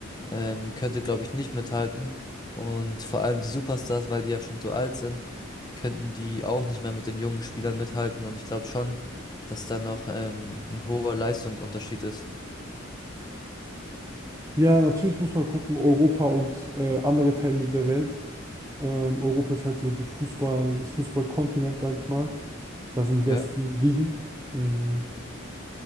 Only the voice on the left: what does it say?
ähm, könnte, glaube ich, nicht mithalten. Und vor allem die Superstars, weil die ja schon so alt sind, könnten die auch nicht mehr mit den jungen Spielern mithalten. Und ich glaube schon, dass da noch ähm, ein hoher Leistungsunterschied ist.
Ja.